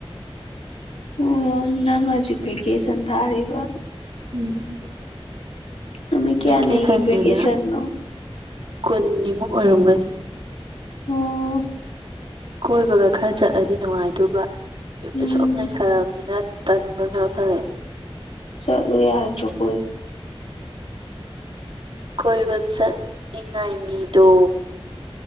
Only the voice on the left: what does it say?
ꯑꯣ ꯅꯪ ꯍꯧꯖꯤ ꯄꯦꯀꯦ ꯁꯟ ꯊꯥꯔꯤꯕ
ꯅꯨꯃꯤꯠ ꯀꯌꯥꯅꯤꯒꯤ
ꯚꯦꯀꯦꯁꯟꯅꯣ
ꯑꯣ
ꯎꯝ
ꯆꯔꯤ ꯍꯥꯏꯍꯖ ꯀ